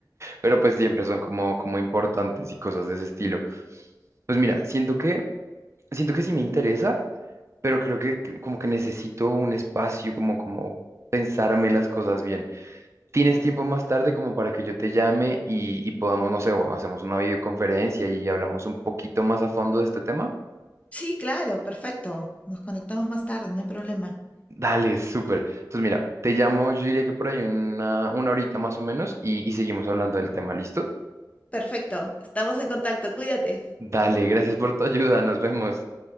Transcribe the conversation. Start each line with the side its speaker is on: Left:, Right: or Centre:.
Right: pero pues siempre son como, como importantes y cosas de ese estilo. Pues mira, siento que, siento que sí me interesa, pero creo que que como que necesito un espacio como, como pensarme las cosas bien. ¿Tienes tiempo más tarde como para que yo te llame y, y podamos, no sé, o hacemos una videoconferencia y hablamos un poquito más a fondo de este tema?
Left: Sí, claro, perfecto. Nos conectamos más tarde, no hay problema.
Right: Dale, súper. Entonces, mira, te llamo, yo diría que por ahí una, una horita más o menos y, y seguimos hablando del tema, ¿listo?
Left: Perfecto, estamos en contacto, cuídate.
Right: Dale, gracias por tu ayuda, nos vemos.